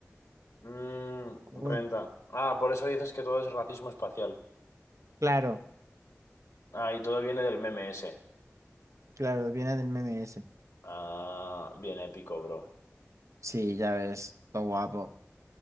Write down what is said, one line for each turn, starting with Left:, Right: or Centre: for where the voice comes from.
Left: Mm,
Right: Uy,
Left: renta. Ah, por eso dices que todo es racismo espacial.
Right: claro,
Left: Ah, y todo viene del meme ese.
Right: claro, viene del meme ese.
Left: Ah, bien épico, bro.
Right: Sí, ya ves, todo guapo.